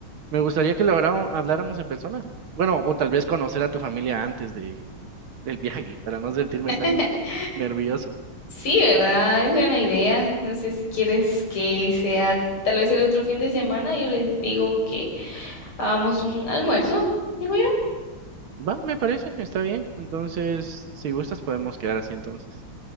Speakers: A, on the right (about 75°); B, on the left (about 80°).
A: me gustaría que lo habláramos habláramos en persona. Bueno, o tal vez conocer a tu familia antes de, del viaje, para no sentirme
B: <laughs>
A: tan nervioso.
B: Sí, ¿verdad? Es buena idea. No sé si quieres que sea tal vez el otro fin de semana, yo les digo que Hagamos un almuerzo, digo yo.
A: Va, me parece, está bien. Entonces, si gustas, podemos quedar así entonces.